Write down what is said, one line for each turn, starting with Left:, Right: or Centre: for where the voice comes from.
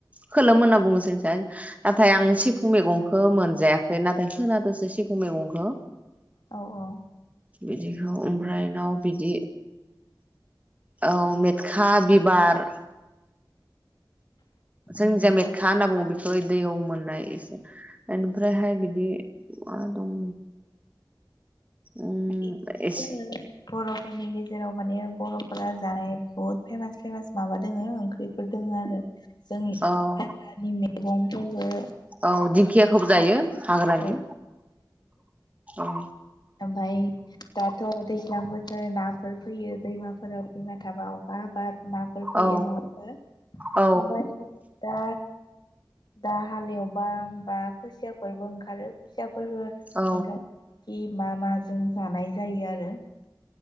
Right: खोलोम होनानै बुङोजोंजा। नाथाय आं सिफुं मैगंखौ मोनजायाखै नाथाय खोनादोसो सिफुं मैगंखौ।
Left: औ औ
Right: बिदिखौ ओमफ्राय बिनाव बिदि औ मेटखा बिबार जोंनि
Left: उम
Right: जा मेटखा होनना बुङो बेखौ दैयाव मोननाय ओमफ्रायहाय बिदि मा दं। उम
Left: एदि
Right: एसे
Left: दों बर'फोरनि गेजेराव माने बर'फोरा जानाय बुहुत फेमास फेमास माबा दोङो। खैफोर दोंङो आरो जों
Right: औ
Left: <unintelligible> गंफोरबो
Right: औ दिंखियाखौ बो जायो हाग्रानि
Left: औ
Right: औ।
Left: मफाय दाथ' दैल्जां बथोर नाफोर‌फो फैयो दैमाफोराव दैमा थाबा अखा हबाद माफोर फैयो
Right: औ
Left: नंआमबा ओमबाय
Right: औ
Left: दा दा हालेवबा बा खोसियाफोरबो ओंखारो । सियाफोरबो नोंथांब
Right: औ
Left: यि मा माजों जानाय जायो आरो।